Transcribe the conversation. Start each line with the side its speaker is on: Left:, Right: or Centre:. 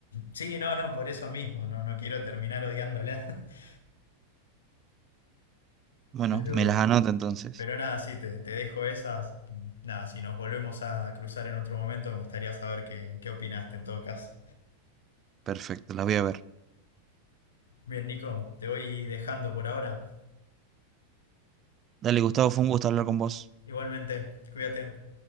Left: Sí, no, no, por eso mismo, no, no quiero terminar odiándola. <laughs>
Right: Bueno,
Left: Pero,
Right: me las anoto entonces.
Left: pero nada, sí, te, te dejo esas. Nada, si nos volvemos a cruzar en otro momento, me gustaría saber qué, qué opinaste en todo caso.
Right: Perfecto, las voy a ver.
Left: Bien, Nico, te voy dejando por ahora.
Right: Dale, Gustavo, fue un gusto hablar con vos.
Left: Igualmente, cuídate.